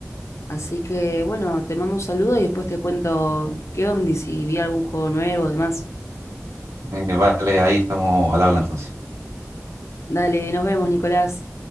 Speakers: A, on the left (about 65°); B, on the right (about 85°).
A: Así que bueno, te mando un saludo y después te cuento qué onda y si vi algún juego nuevo, demás.
B: Eh, vale, ahí estamos al habla entonces.
A: Dale, nos vemos, Nicolás.